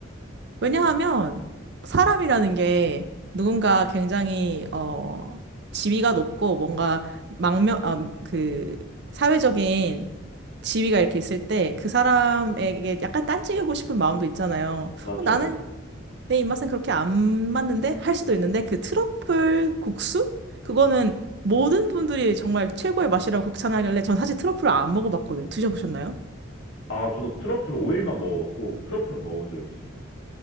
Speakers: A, on the right; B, on the left.
A: 왜냐하면 사람이라는 게 누군가 굉장히 어 지위가 높고 뭔가 망명 아, 그 사회적인 지위가 이렇게 있을 때 그 사람에게 약간 딴지우고 싶은 마음도 있잖아요.
B: 맞죠,
A: 어, 나는
B: 맞죠.
A: 내 입맛은 그렇게 안 맞는데 할 수도 있는데 그 트러플 국수? 그거는 모든 분들이 정말 최고의 맛이라고 극찬하길래 전 사실 트러플을 안 먹어봤거든요. 드셔보셨나요?
B: 아, 저도 트러플 오일만 먹어봤고 트러플은 먹어본 적이 없습니다.